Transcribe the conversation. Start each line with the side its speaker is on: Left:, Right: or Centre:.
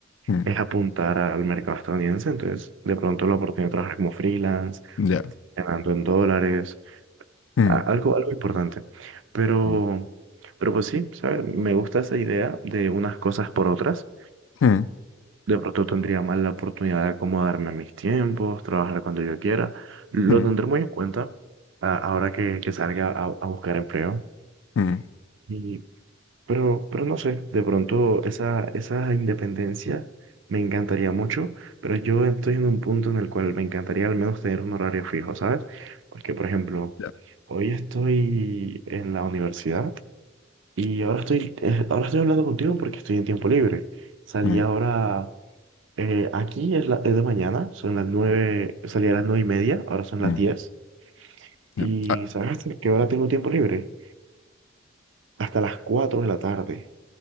Left: mm,
Right: es apuntar al mercado estadounidense. Entonces, de pronto la oportunidad de trabajar como freelance,
Left: ya,
Right: ganando en dólares,
Left: mm,
Right: a- algo, algo importante. Pero,
Left: mm,
Right: pero pues sí, ¿sabes? Me gusta esa idea de unas cosas por otras.
Left: mm,
Right: De pronto tendría más la oportunidad de acomodarme a mis tiempos, trabajar cuando yo quiera. Lo
Left: mm,
Right: tendré muy en cuenta a- ahora que, que salga a, a buscar empleo.
Left: mm,
Right: Y, pero, pero no sé, de pronto esa, esa independencia me encantaría mucho, pero yo estoy en un punto en el cual me encantaría al menos tener un horario fijo, ¿sabes? Porque, por ejemplo,
Left: ya,
Right: hoy estoy en la universidad y ahora estoy, eh, ahora estoy hablando contigo porque estoy en tiempo libre. Salí
Left: mm,
Right: ahora eh, aquí es, la, es de mañana, son las nueve, salí a las nueve y media, ahora son
Left: mm,
Right: las diez.
Left: ya.
Right: ¿Y
Left: Ah,
Right: sabes <laughs> hasta qué hora tengo tiempo libre? Hasta las cuatro de la tarde.